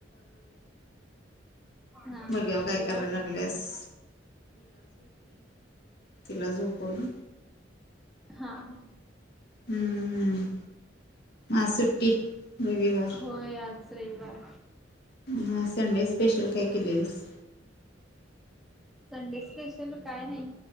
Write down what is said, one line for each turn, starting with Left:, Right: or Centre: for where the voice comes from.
Centre: हा
Left: बघ्या
Centre: हा
Left: काय
Centre: विरा
Left: करायला लागल्यास. तिला झोपवलं
Centre: हा हा,
Left: हम्म आज सुट्टी. रविवार
Centre: होय आज रविवार.
Left: मग आज संडे स्पेशल काय केलेलीस.
Centre: संडे स्पेशल काय नाही